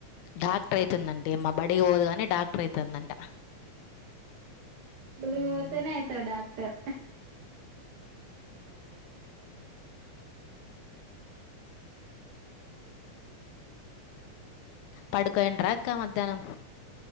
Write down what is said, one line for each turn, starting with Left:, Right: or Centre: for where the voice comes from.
Left: డాక్టర్ అయితుందంట బడికి పోదు కాని డాక్టర్ అవుతుందంట.
Right: స్కూల్
Left: హ్మ్.
Right: కి పోతేనే అయితారు డాక్టర్.
Left: పడుకొనింటారా అక్కా మధ్యాహ్నం